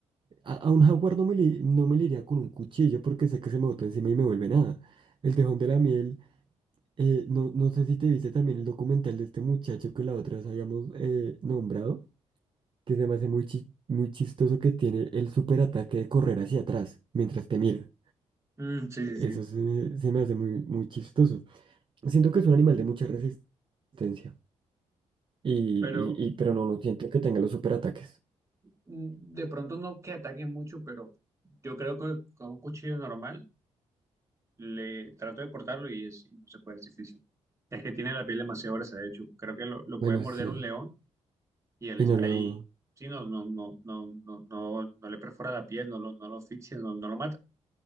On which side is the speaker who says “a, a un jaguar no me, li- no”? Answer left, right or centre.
Right